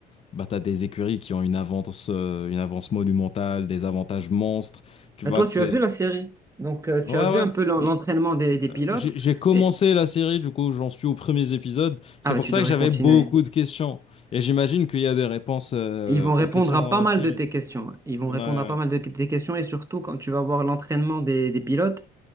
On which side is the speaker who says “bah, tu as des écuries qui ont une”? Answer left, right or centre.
Left